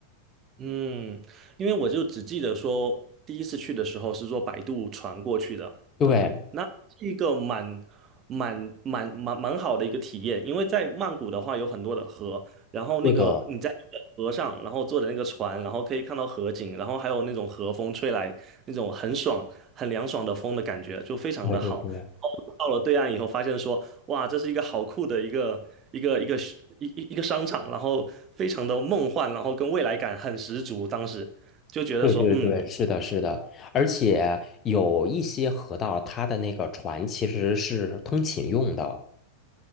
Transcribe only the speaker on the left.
对，
对的，
对对对。
对对对，
是的，是的，而且有一些河道，它的那个船其实是通勤用的，